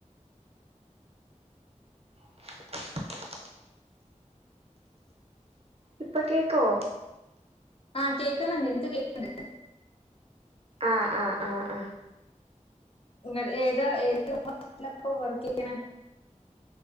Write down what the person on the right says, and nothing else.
<inaudible> ഇപ്പൊ കേക്കോ?
ആഹ ആഹ ആഹ ആ